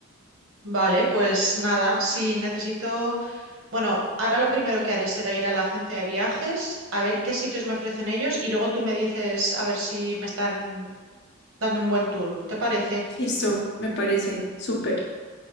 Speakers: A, on the right; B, on the left.
A: Vale, pues nada, si necesito, bueno, ahora lo primero que haré será ir a la agencia de viajes, a ver qué sitios me ofrecen ellos y luego tú me dices a ver si me están dando un buen tour, ¿te parece?
B: Listo, me parece súper.